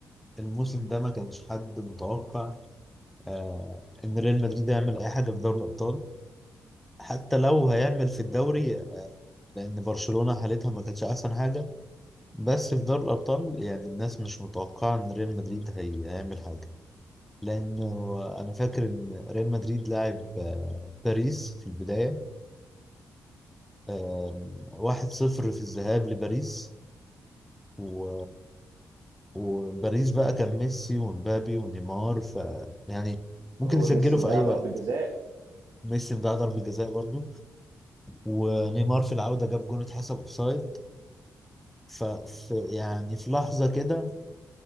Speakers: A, in the centre; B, on the right.
A: الموسم ده ما كانش حد متوقع آه، ان ريال مدريد يعمل اي حاجة في دوري الأبطال حتى لو هيعمل في الدوري لأن برشلونة حالتها ما كانتش أحسن حاجة بس في دوري الأبطال يعني الناس مش متوقعة إن ريال مدريد هي- هيعمل حاجة لأنه أنا فاكر إن ريال مدريد لعب آه، باريس في البداية آم، واحد صفر في الذهاب لباريس و... وباريس بقى كان ميسي ومبابي ونيمار ف يعني ممكن
B: هو
A: يسجلوا
B: ميسي مضيع
A: في أي
B: ضربه
A: وقت
B: جزاء
A: ميسي ضيع ضربة جزاء برضو ونيمار في العودة جاب جون اتحسب أوفسايد ف ف- يعني في لحظة كده